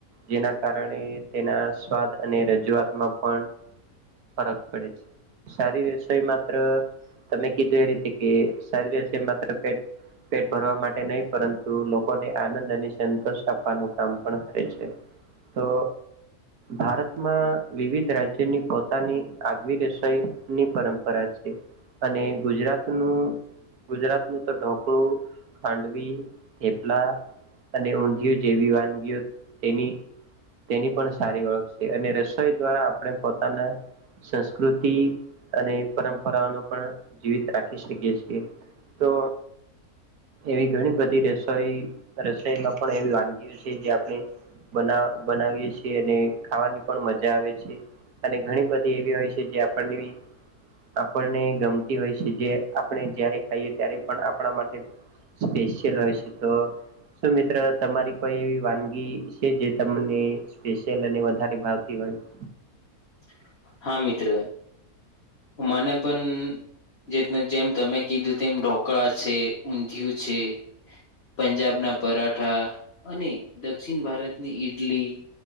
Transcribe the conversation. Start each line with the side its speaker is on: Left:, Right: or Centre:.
Right: જેના કારણે તેના સ્વાદ અને રજૂઆતમાં પણ ફરક પડે છે શારીર વ્યસોઈ માત્ર તમે કીધું એ રીતે કે શારીર વ્યસો માત્ર પે પેટ ભરવા માટે નહીં પરંતુ લોકોને આનંદ અને સંતોષ આપવાનું કામ પણ કરે છે તો ભારતમાં વિવિધ રાજ્યની પોતાની આગવી રસઈની પરંપરા છે અને ગુજરાત નું ગુજરાત નું તો ઢોકળું ખાંડવી થેપલા અને ઊંધિય જેવી વાનગીઓ તેની તેની પણ સારી ઓળખ છે અને રસોઈ દ્વારા આપણે પોતાના સંસ્કૃતિ અને પરંપરાઓનો પણ જીવિત રાખી શકીએ છીએ તો એવી ઘણી બધી રસ રો રસોઈમાં પણ એવી વાનગીઓ છે જે આપણે બ બનાવીએ છીએ અને ખાવાની પણ મજા આવે છે અને ઘણી બધી એવી હોય છે જે આપણને આપણને ગમતી હોય છે જે આપણે જારે ખાઈએ ત્યારે પણ આપણા માટે સ્પેશલ હોય છે તો સુું મિત્ર તમારી કોઈ એવી વાનગી છે જે તમને સ્પેશિયલ અને વધારે ભાવતી હોય થ
Left: <unintelligible> મિત્ર હમાને પણ જે જેમ તમે કીધું તેમમ ઢોકળા છે ઊંધિયું છે પંજાબ ના પરાઠા અને દક્ષિણ ભારતની ઈડલી